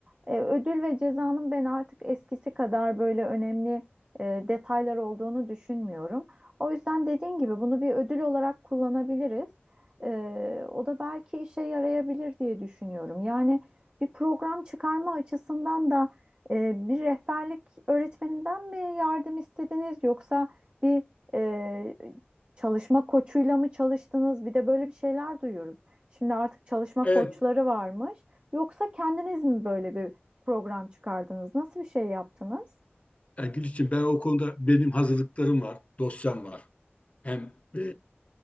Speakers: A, on the right; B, on the left.
A: E, ödül ve cezanın ben artık eskisi kadar böyle önemli e, detaylar olduğunu düşünmüyorum. O yüzden dediğin gibi bunu bir ödül olarak kullanabiliriz. E, o da belki işe yarayabilir diye düşünüyorum. Yani bir program çıkarma açısından da e, bir rehberlik öğretmeninden mi yardım istediniz yoksa bir e, çalışma koçuyla mı çalıştınız? Bir de böyle bir şeyler duyuyoruz. Şimdi artık çalışma
B: Evet.
A: koçları varmış. Yoksa kendiniz mi böyle bir program çıkardınız? Nasıl bir şey yaptınız?
B: Yani Gülçin ben o konuda benim hazırlıklarım var, dosyam var. Hem e,